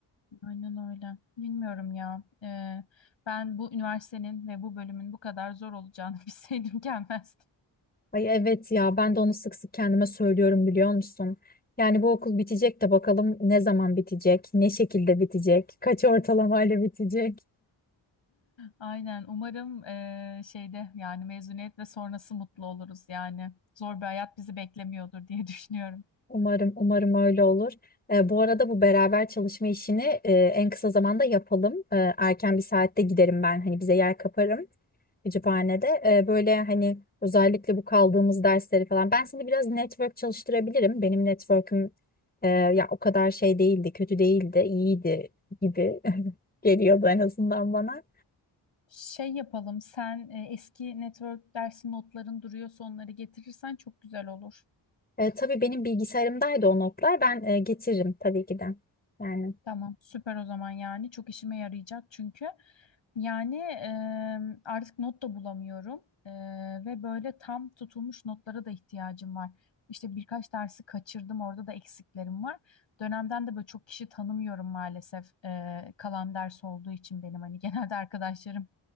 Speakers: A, on the left; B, on the left.
A: aynen öyle. Bilmiyorum ya. Ee, ben bu üniversitenin ve bu bölümün bu kadar zor olacağını <laughs> bilseydim gelmezdim.
B: Ay evet ya ben de onu sık sık kendime söylüyorum biliyor musun? Yani bu okul bitecek de bakalım ne zaman bitecek, ne şekilde bitecek, kaç ortalamayla bitecek.
A: Aynen. Umarım eee, şeyde yani mezuniyet ve sonrası mutlu oluruz yani. Zor bir hayat bizi beklemiyordur diye <laughs> düşünüyorum.
B: Umarım, umarım öyle olur. Ee, bu arada bu beraber çalışma işini e, en kısa zamanda yapalım. Ee, erken bir saatte giderim ben. Hani bize yer kaparım kütüphanede. Ee, böyle hani özellikle bu kaldığımız dersleri falan. Ben seni biraz network çalıştırabilirim. Benim network'üm e, ya o kadar şey değildi, kötü değildi, iyiydi gibi <laughs> geliyordu en azından bana.
A: Şey yapalım, sen e, eski network dersi notların duruyorsa onları getirirsen çok güzel olur.
B: E, tabii benim bilgisayarımdaydı o notlar. Ben e, getiririm tabii ki de. Yani
A: Tamam, süper o zaman yani çok işime yarayacak çünkü yani e, artık not da bulamıyorum E, ve böyle tam tutulmuş notlara da ihtiyacım var. İşte birkaç dersi kaçırdım orada da eksiklerim var. Dönemden de böyle çok kişi tanımıyorum maalesef E, kalan ders olduğu için benim hani <laughs> genelde arkadaşlarım